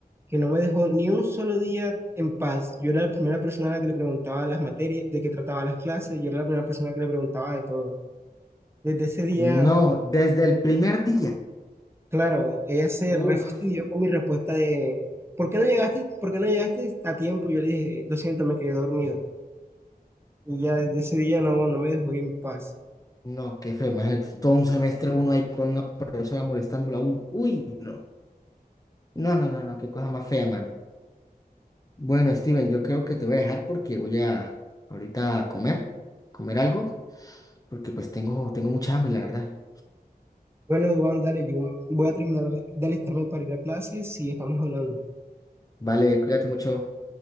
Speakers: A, on the right (about 15°); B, on the left (about 20°).
A: que no me dejó ni un solo día en paz. Yo era la primera persona a la que le preguntaba las materias, de qué trataba las clases, yo era la primera persona que le preguntaba de todo. Desde ese día
B: No, desde el primer día.
A: Claro, ella se refastidió
B: Uf.
A: con mi respuesta de ¿por qué no llegaste, por qué no llegaste a tiempo? Yo le dije, lo siento, me quedé dormido. Y ya desde ese día no, no me dejó en paz.
B: No, qué feo. Imagínate, todo un semestre uno ahí con una profesora molestándola a uno. Uy, no. No, no, no, no, qué cosa más fea, mano. Bueno, Steven, yo creo que te voy a dejar porque voy a ahorita a comer, comer algo, porque pues tengo, tengo mucha hambre, la verdad.
A: Bueno, Juan, dale, yo voy a terminar de alistarme para ir a clases y estamos hablando.
B: Vale, cuídate mucho.